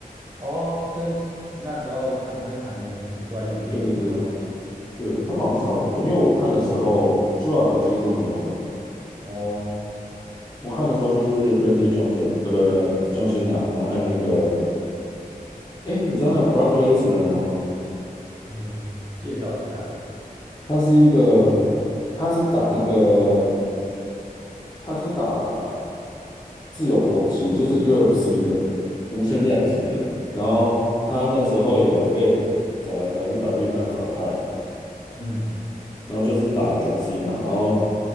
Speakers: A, on the right; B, on the left.
A: 哦，跟那时候强森还没出来演电影的时候。
B: 对对对对，他们好像差不多。因为我看的时候，Rock 几乎就没有了。
A: 哦，
B: 我看的时候就是 Randy Johnson，呃，不不，John Cena，然后还有那个，哎，你知道那个 Brock Lesnar 吗？
A: 呃，介绍一下，
B: 他是一个，他是打那个，他是打自由搏击，就是 UFC 的无限量级的。
A: 嗯
B: 然后他那时候有被找来
A: 嗯，
B: WWE 当反派。
A: 嗯，
B: 然后就是打 John Cena，然后